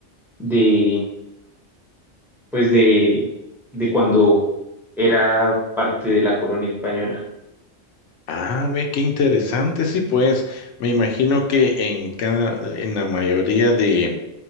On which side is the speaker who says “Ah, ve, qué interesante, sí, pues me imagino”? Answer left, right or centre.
Left